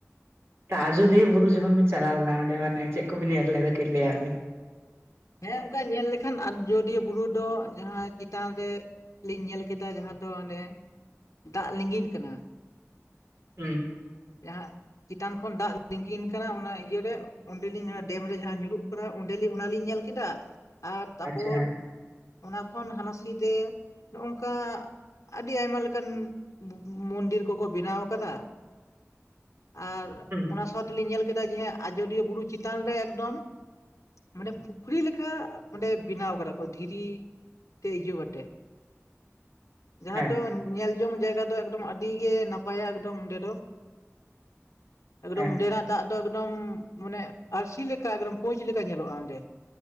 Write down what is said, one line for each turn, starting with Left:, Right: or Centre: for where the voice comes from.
Right: ᱛᱚ ᱟᱡᱚᱫᱤᱭᱟᱹ ᱵᱩᱨᱩ ᱡᱚᱠᱷᱚᱱ ᱵᱤᱱ ᱪᱟᱞᱟᱣ ᱞᱮᱱᱟ ᱚᱸᱰᱮ ᱢᱟᱱᱮ ᱪᱮᱫ ᱠᱚᱵᱤᱱ ᱧᱮᱞ ᱞᱮᱫᱟ ᱞᱟᱹᱭᱟᱫ ᱵᱤᱱ
Left: ᱦᱮᱸ ᱚᱱᱠᱟ ᱧᱮᱞ ᱞᱮᱠᱷᱟᱱ ᱟᱡᱚᱫᱤᱭᱟᱹ ᱵᱩᱨᱩ ᱫᱚ ᱡᱟᱦᱟᱸ ᱪᱮᱛᱟᱱ ᱨᱮ ᱞᱤᱧ ᱧᱮᱞ ᱠᱮᱫᱟ ᱡᱟᱦᱟᱸ ᱫᱚ ᱚᱱᱮ ᱫᱟᱜ ᱞᱤᱸᱜᱤᱱ ᱠᱟᱱᱟ
Right: ᱦᱩᱸ
Left: ᱡᱟᱦᱟᱸ ᱪᱮᱛᱟᱱ ᱠᱷᱚᱱ ᱫᱟᱜ ᱞᱤᱝᱜᱤᱱ ᱠᱟᱱᱟ ᱚᱱᱟ ᱤᱭᱟᱹᱨᱮ ᱚᱸᱰᱮᱞᱤᱧ ᱰᱮᱢ ᱨᱮ ᱡᱟᱦᱟᱸ ᱧᱩᱨᱩᱜ ᱠᱟᱱᱟ ᱚᱸᱰᱮᱞᱤᱧ ᱚᱱᱟᱞᱤᱧ ᱧᱮᱞ ᱠᱮᱫᱟ ᱟᱨ ᱛᱟᱯᱚᱨ
Right: ᱟᱪᱪᱷᱟ ᱦᱮᱸ
Left: ᱚᱱᱟ ᱠᱷᱚᱱ ᱦᱟᱱᱟᱥᱤ ᱨᱮ ᱱᱚᱝᱠᱟ ᱟᱹᱰᱤ ᱟᱭᱢᱟ ᱞᱮᱠᱟᱱ ᱢᱚ ᱢᱚᱱᱫᱤᱨ ᱠᱚᱠᱚ ᱵᱮᱱᱟᱣ ᱟᱠᱟᱫᱟ ᱟᱨ
Right: ᱦᱩᱸ
Left: ᱚᱱᱟ ᱥᱟᱶᱛᱮᱞᱤᱧ ᱧᱮᱞ ᱠᱮᱫᱟ ᱡᱮ ᱟᱡᱚᱫᱤᱭᱟᱹ ᱵᱩᱨᱩ ᱪᱮᱛᱟᱱ ᱨᱮ ᱮᱠᱫᱚᱢ ᱢᱟᱱᱮ ᱯᱩᱠᱷᱨᱤ ᱞᱮᱠᱟ ᱚᱸᱰᱮ ᱵᱮᱱᱟᱣ ᱠᱟᱫᱟ ᱠᱚ ᱫᱷᱤᱨᱤ ᱛᱮᱡᱳ ᱠᱟᱛᱮᱫ ᱡᱟᱦᱟᱸ
Right: ᱦᱮᱸ
Left: ᱫᱚ ᱧᱮᱞᱡᱚᱝ ᱡᱟᱭᱜᱟ ᱫᱚ ᱮᱠᱫᱚᱢ ᱟᱹᱰᱤᱜᱮ ᱱᱟᱯᱟᱭᱟ ᱮᱠᱫᱚᱢ ᱚᱸᱰᱮ ᱫᱚ ᱮᱠᱫᱚᱢ
Right: ᱦᱮᱸ
Left: ᱚᱸᱰᱮᱱᱟᱜ ᱫᱟᱜ ᱫᱚ ᱮᱠᱫᱚᱢ ᱢᱟᱱᱮ ᱟᱹᱨᱥᱤ ᱞᱮᱠᱟ ᱠᱳᱪ ᱞᱮᱠᱟ ᱧᱮᱞᱚᱜᱼᱟ ᱚᱸᱰᱮ